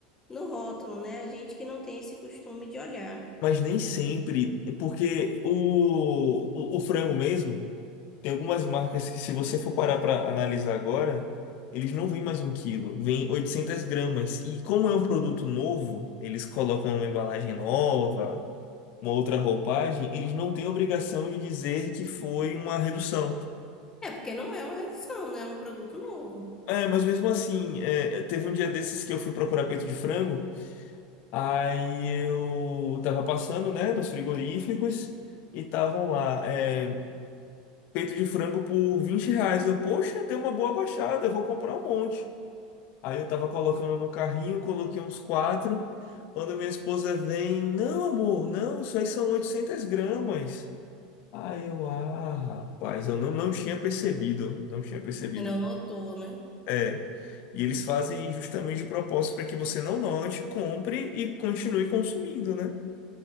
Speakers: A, on the left; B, on the left.
A: no rótulo, né? A gente que não tem esse costume de olhar.
B: Mas nem sempre, é porque o, o, o frango mesmo, tem algumas marcas que se você for parar para analisar agora, eles não vêm mais um quilo, vêm 800 gramas. E como é um produto novo, eles colocam uma embalagem nova, uma outra roupagem, eles não têm obrigação de dizer que foi uma redução.
A: É porque não é uma redução, né? É um produto novo.
B: É, mas mesmo assim, é, teve um dia desses que eu fui procurar peito de frango, aí eu tava passando, né, nos frigoríficos e estavam lá, é, peito de frango por 20 reais. Eu, poxa, deu uma boa baixada, eu vou comprar um monte. Aí eu tava colocando no carrinho, coloquei uns quatro. Quando minha esposa vem, não, amor, não, isso aí são 800 gramas. Aí eu, ah, rapaz, eu não, não tinha percebido, não tinha percebido.
A: E não notou, né?
B: É. E eles fazem justamente de propósito para que você não note, compre e continue consumindo, né?